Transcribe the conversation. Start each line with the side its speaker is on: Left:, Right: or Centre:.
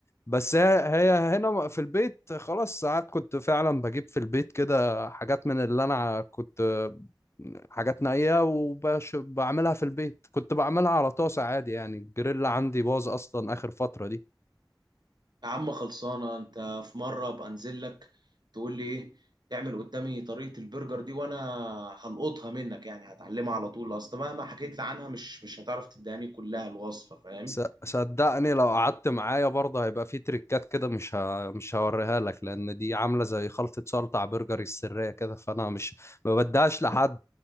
Left: بس هي هي هنا في البيت خلاص ساعات كنت فعلا بجيب في البيت كده حاجات من اللي انا كنت حاجات نائية وبعملها في البيت كنت بعملها على طاسة عادي يعني الجريل عندي باظ اصلا اخر فترة دي
Right: يا عم خلصانه انت في مره ابقى انزل لك تقول لي ايه تعمل قدامي طريقه البرجر دي وانا هلقطها منك يعني هتعلمها على طول اصل مهما حكيت لي عنها مش مش هتعرف تداني كلها الوصفه فاهم
Left: س- صدقني لو قعدت معايا برضه هيبقى في تريكات كده مش ه... مش هوريها لك لان دي عامله زي خلطه سلطه على برجري السريه كده فانا مش ما بديهاش لحد